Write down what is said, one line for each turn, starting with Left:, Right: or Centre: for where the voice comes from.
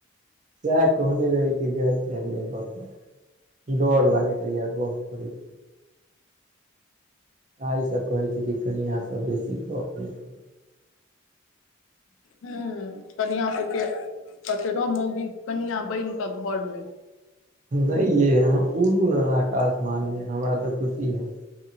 Right: सएह कहने रहै कि गैर थैर नै भ क डर लागैत रहै या गप करैत आई स कहै छी कि कनि अहाँसब बेसीे गप नै करू
Left: हूँ कनियाँ सबके कतै र मौगी कनियाँ बैन कऽ घरमे
Right: नै यै अहाँ उड़ू न आकाश मान मे हमरा तऽ खुशी हएत